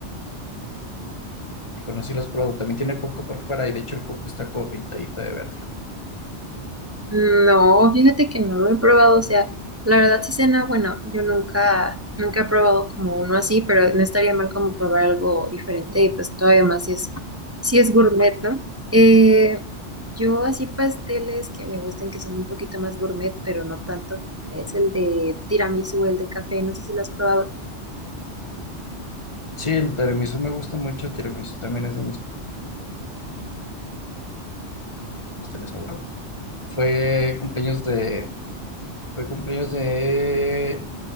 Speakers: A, on the left; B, on the right.
A: Conocí los productos. También tiene coco por fuera y de hecho el coco está como pintadito de verde.
B: No, fíjate que no lo he probado, o sea, la verdad sí cena, bueno, yo nunca, nunca he probado como uno así, pero no estaría mal como probar algo diferente y pues todavía más si es, si es gourmet, ¿no? Eh, yo así pasteles que me gustan que son un poquito más gourmet, pero no tanto, es el de tiramisú, el de café, no sé si lo has probado.
A: Sí, el tiramisú me gusta mucho. El tiramisú también es de mis pasteles favoritos. Fue cumpleaños de, fue cumpleaños de